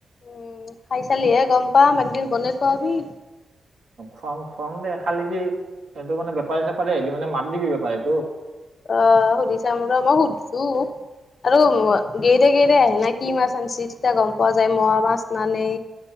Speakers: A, on the left (about 45°); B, on the right (about 65°).
A: উম খাই চালিহে গম পাম একদিন বনাই খোৱাবি।
B: খুৱাম, খুৱাম দেই খালি কি এইটো মানে বেপাৰী চেপাৰী আহিলি মানে মাত দিবি বেপাৰী এইটোক।
A: অ' সুধিছাম ৰহ, মই সুধছো। আৰু গেইৰে গেইৰে আহে না কি মাছ আনিছে তেতিয়া গম পোৱা যায় মুৱা মাছ নানে।